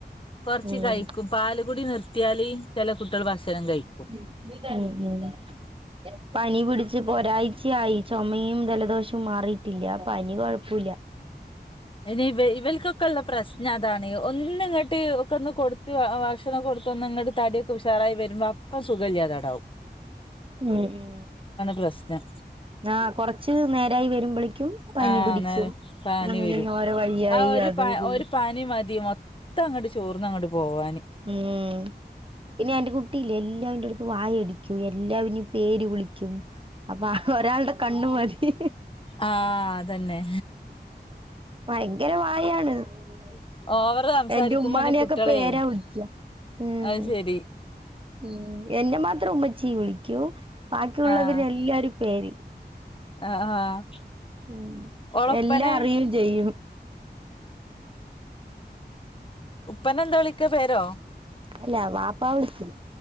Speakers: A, on the left; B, on the right.
A: കൊർച്ച്
B: ഉം
A: കഴ്ക്കും പാലുകുടി നിർത്തിയാല് ചെലെ കുട്ടിയെൾ ഭക്ഷണം കഴിക്കും
B: <unintelligible> പനി പിടിച്ച് ഇപ്പൊ ഒരാഴ്ച്ച ആയി ചൊമയും ജലദോഷും മാറിയിട്ടില്ല പനി കൊഴപ്പൂല്ലാ
A: അയ്ന് ഇവ ഇവൽക്കൊക്കെയുള്ള പ്രശ്നം അതാണ് ഒന്നങ്ങ ട്ട് ഒക്കെയൊന്ന് കൊടുത്ത് ഭക്ഷണം കൊടുത്തൊന്ന് ഒന്നങ്ങട്ട് തടിയൊക്കെ ഉഷാറായി വരുമ്പോ അപ്പം സുഖമില്ലാതാടാവും
B: ഉം ഉം
A: പ്രശ്നം
B: ആഹ് കൊറച്ച് നേരായി വരുമ്പളെക്കും പനി
A: ആഹ്
B: പിടിക്കും
A: നേരെ പനി
B: <unintelligible>
A: വരും
B: പനിയായി
A: ആ ഒരു
B: അത്
A: പ
B: ഇത്
A: ഒരു പനി മതി മൊത്തം അങ്ങട്ട് ചോർന്നങ്ങട്ട് പോവാന്
B: ഉം പിന്നെ എന്റെ കുട്ടിയില്ലേ എല്ലാവരുടെടെയും അടുത്ത് വായ അടിക്കും എല്ലാവരെയും പേര് വിളിക്കും അപ്പൊ ഒരാളുടെ കണ്ണ് മതി
A: ആഹ് അത് തന്നെ
B: ഭയങ്കര വായാണ് അങ്ങനെയായി
A: ഓവറ് സംസാരിക്കുമ്പോന്നെ
B: എന്റെ ഉമ്മാനെയൊക്കെ
A: കുട്ടികളെ
B: പേരാ വിളിക്കുക ഉം
A: അത് ശരി
B: ഉം എന്നെ മാത്രം ഉമ്മച്ചീ വിളിക്കും ബാക്കിയുള്ളവരെ
A: ആഹ്
B: എല്ലാരെയും പേര്
A: ആഹ് ആഹ്
B: ഉം
A: ഓളപ്പനെ
B: എല്ലാ അറിയുവേയും ചെയ്യും
A: ഉപ്പനെന്താ വിളിക്ക പേരോ
B: അല്ല വാപ്പാ വിളിക്കില്ല